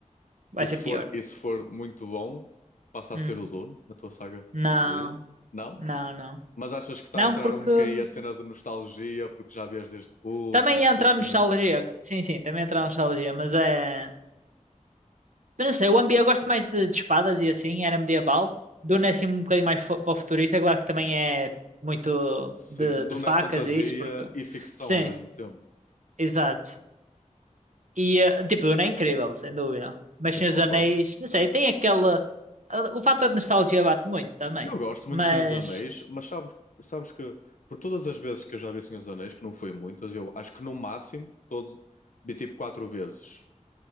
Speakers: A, on the right; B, on the left.
A: Vai
B: e se
A: ser pior.
B: for, e se for muito bom, passa a
A: Hum.
B: ser o Dune, a tua saga
A: Não,
B: preferida? Não?
A: não, não.
B: Mas achas que está
A: Não,
B: a entrar
A: porque
B: um bocadinho
A: hum,
B: a cena de nostalgia, porque já vês desde puto
A: também
B: e não
A: ia
B: sei
A: entrar
B: o
A: nostalgia.
B: quê?
A: Sim, sim, também ia entrar nostalgia, mas é. Eu não sei, o Ambi eu gosto mais de, de espadas e assim, era medieval. Duna é assim um bocadinho mais fo- para o futurista, claro que também é muito
B: Sim,
A: de,
B: Dune
A: de facas
B: é fantasia
A: e isso, porque.
B: e ficção
A: Sim,
B: ao mesmo tempo.
A: exato. E, eh, tipo, Duna é incrível, sem dúvida. Mas
B: Sim,
A: Senhor
B: concordo.
A: dos Anéis, não sei, tem aquela. eh, O fator de nostalgia bate muito também.
B: Eu gosto muito
A: Mas.
B: de Senhor dos Anéis, mas sabes, sabes que por todas as vezes que eu já vi Senhor dos Anéis, que não foi muitas, eu acho que no máximo todo, vi tipo quatro vezes.